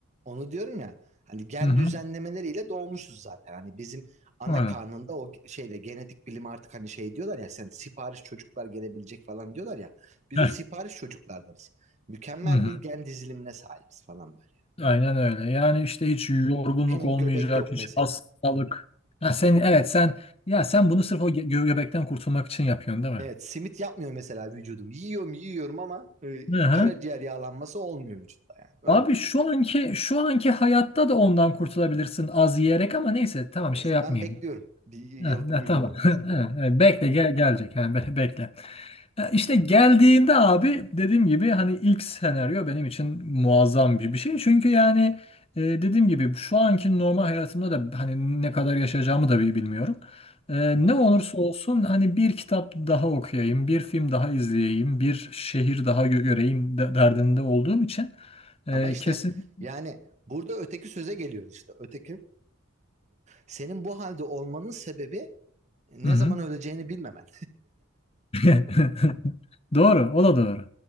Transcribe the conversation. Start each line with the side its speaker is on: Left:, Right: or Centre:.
Right: Onu diyorum ya hani gen
Left: Hı hı.
Right: düzenlemeleriyle doğmuşuz zaten. Hani bizim ana
Left: Aynen.
Right: karnında o şeyle genetik bilim artık hani şey diyorlar ya sen sipariş çocuklar gelebilecek falan diyorlar ya. Biz
Left: Heh.
Right: o sipariş çocuklardanız. Mükemmel
Left: Hı hı.
Right: bir gen dizilimine sahibiz falan böyle.
Left: Aynen öyle. Yani işte hiç yorgunluk
Right: Benim
Left: olmayacak,
Right: göbek yok
Left: hiç
Right: mesela.
Left: hastalık. Ha sen evet sen ya sen bunu sırf o gö göbekten kurtulmak için yapıyorsun değil mi?
Right: Evet simit yapmıyor mesela vücudum. Yiyorum yiyorum ama e,
Left: Hı hı.
Right: karaciğer yağlanması olmuyor vücutta yani. Öyle
Left: Abi
Right: düşün.
Left: şu anki şu anki hayatta da ondan kurtulabilirsin az yiyerek ama neyse tamam
Right: Neyse
Left: şey yapmayayım.
Right: ben bekliyorum. Bir yıl
Left: Ha,
Right: bir
Left: ha,
Right: milyon
Left: tamam.
Right: olmasın.
Left: <laughs> Ha, ha, bekle gel gelecek yani be- bekle. Ya İşte geldiğinde abi dediğim gibi hani ilk senaryo benim için muazzam bir bir şey. Çünkü yani e, dediğim gibi şu anki normal hayatımda da hani ne kadar yaşayacağımı da bi- bilmiyorum. E,
Right: Hı hı.
Left: ne olursa olsun hani bir kitap daha okuyayım, bir film daha izleyeyim, bir şehir daha gö- göreyim de- derdinde olduğum için e,
Right: Ama işte
Left: kesin...
Right: yani burada öteki söze geliyoruz işte. Öteki Senin bu halde olmanın sebebi ne
Left: Hı hı.
Right: zaman öleceğini bilmemen.
Left: <laughs> Doğru, o da doğru.